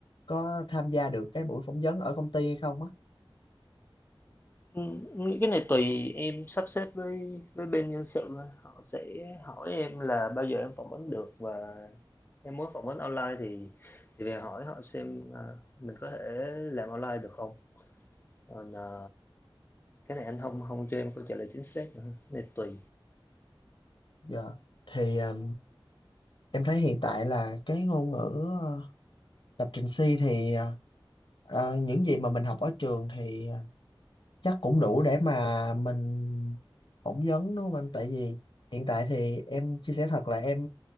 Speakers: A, on the left; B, on the left.
A: có tham gia được cái buổi phỏng vấn ở công ty hay không á.
B: Ừ, Nghĩ cái này tùy em sắp xếp với với bên nhân sự thôi. họ sẽ hỏi em là bao giờ em phỏng vấn được và em muốn phỏng vấn online thì thì về hỏi họ xem à, mình có thể làm online được không còn à, cái này anh không không cho em câu trả lời chính xác nữa Cái này tùy
A: Dạ. Thì à, em thấy hiện tại là cái ngôn ngữ à, lập trình C thì à, Ờ, những gì mà mình học ở trường thì ờ, chắc cũng đủ để mà mình phỏng vấn đúng không anh tại vì hiện tại thì em chia sẻ thật là em